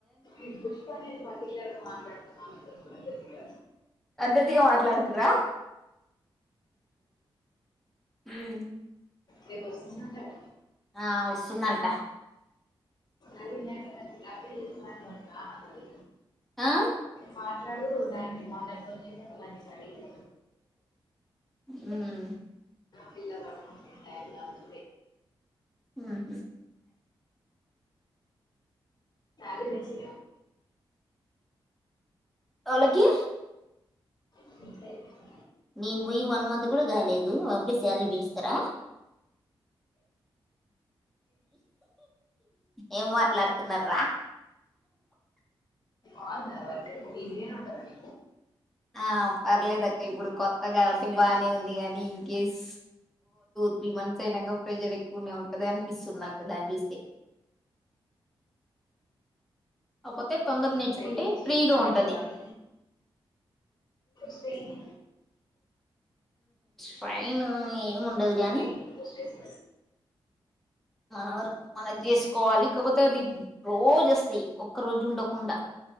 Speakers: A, on the left; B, in the centre.
A: ఈ పుష్ప నను పర్టికులర్ మాట్లాడుతునను.
B: అంతిధగా మాట్లాడుకురా. ఉం
A: రేపు వస్తుందంటగా.
B: ఆ ఉస్తుందంట.
A: అది నాకు అదే చేస్తున్నాను అని కాదు
B: ఆ.
A: మాట్లాడు దానికి అందరు ఫోన్ చేసి
B: ఉం
A: పిల్లవాడు టైం కాదు
B: హ
A: తె.
B: అలాకి.
A: బాగుంది
B: నేను పోయి వన్ మంత్ కూడా కాలేదు అప్పుడే శాలరీ పెంచుతారా ఏం మాట్లాడుతున్న్రా
A: ఆ వర్క్ ఈజీగానే ఉంటుంది
B: ఆ పర్లేదు అక్క ఇప్పుడు కొత్తగాాలటి బానే ఉంది గానీ ఇన్ కేస్ త్రీ మంత్స్ అయినాక ప్రెజర్ ఎక్కువనే ఉంటది అనిపిస్తుంది నాక దాని చూస్తే కాకపోతే తొందర నేర్చుకుంటే
A: ట్రై చేసి
B: ఫ్రీగా
A: ట్రై
B: ఉంటది
A: చేయాలి స్ట్రెయిన్
B: ఫ్రైన్ ఏముండదు గాని
A: బ్రెయిన్ స్ట్రెస్
B: మనం మనం చేసుకోవాలి కాకపోతే అది రోజు వస్తాయి ఒక్క రోజు ఉండకుండా